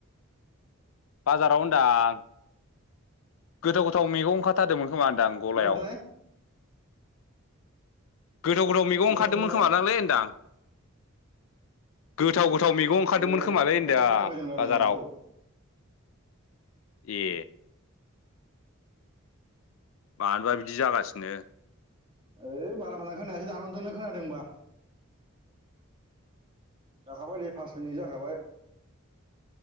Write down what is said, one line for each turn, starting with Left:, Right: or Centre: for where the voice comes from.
Left: बाजाराव होनदां गोथाव गोथाव मैगं ओंखारथारदोंमोन खोमादां गलायाव?
Right: बुंहरफिनलाय
Left: गोथाव गोथाव मैगं
Right: बुंहरफिनलाय
Left: ओंखारदोंमोन खोमादांलै होनदां। गोथाव गोथाव मैगं ओंखारदोंमोन
Right: ओ
Left: खोमालै
Right: थाबथा
Left: होनदां
Right: थाबथा खोनाफैदों रायलायनायखौ
Left: बाजाराव। ए। मानोबा बिदि जागासिनो।
Right: ओइ बारा मोजां खोनायासै दानहरदो नों खोनादोंबा। जाखाबाय दे फास मिनित जाखाबाय।